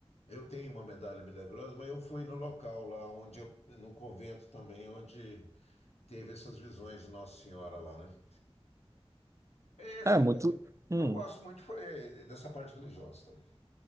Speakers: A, on the left; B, on the right.
A: Eu tenho uma medalha milagrosa, mas eu fui no local lá onde eu, no convento também onde teve essas visões de Nossa Senhora lá, né? É essa-
B: É muito. hum.
A: eu gosto muito foi, é, dessa parte religiosa também.